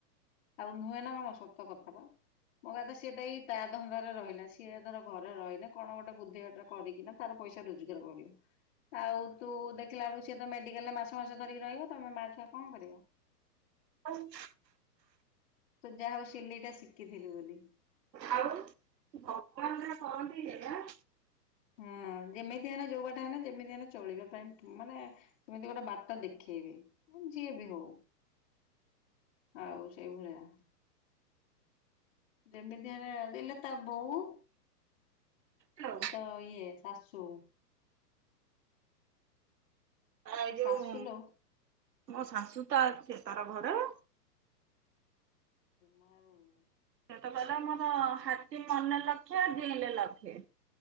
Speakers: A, on the left (about 40°); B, on the right (about 85°).
A: ଆଉ ନୁହେଁ ନା କଣ ସତ କଥା ପା ମୋ କହିବା କଥା ହେଲା ସିଏ ତ ଧନ୍ଦାରେ ରହିଲା। ସିଏ ଧର ଘରେ ରହିଲେ କଣ ଗୋଟେ ବୁଦ୍ଧି ବାଟ କରିକିନା ତାର ପଇସା ରୋଜଗାର କରିବ। ଆଉ ତୁ ଦେଖିଲା ବେଳକୁ ସିଏ ତ ମେଡିକାଲ ରେ ମାସ ମାସ ଧରିକି ରହିବ ତମେ ମା ଛୁଆ କଣ କରିବ।
B: ଆଉ <inaudible>
A: ତୁ ଯାହା ହଉ ସିଲେଇଟା ଶିଖିଥିଲୁ ବୋଲି।
B: ଆଉ ଭଗବାନ ରେ ବନ୍ଦହେଇଗଲା।
A: ହୁଁ ଯେମିତି ହେନେ ଯୋଉ ବାଟେ ହେଲେ ଯେମିତି ହେଲେ ଚଳିବେ କାହିଁ ମାନେ ସେମିତି ଗୋଟେ ବାଟ ଦେଖେଇବେ। ଯିଏ ବି ହଉ। ଆଉ ସେଇଭଳିଆ। ଯେମିତି ହେଲେ ଦେଲେ ତା ବୋଉ
B: ହଲଉ <inaudible>
A: ତ ଇଏ ଶାଶୁ।
B: ଆ
A: ତ
B: ଯୋଉ।
A: ଶାଶୁ ଲୋ
B: ମୋ ଶାଶୁ ତା ସେ ତାର ଘରେ।
A: ମୋ ଉ।
B: ସେତ କହିଲା ମୋର ହାତୀ ମନେ ଲକ୍ଷେ ଜିଇଁଲେ ଲକ୍ଷେ।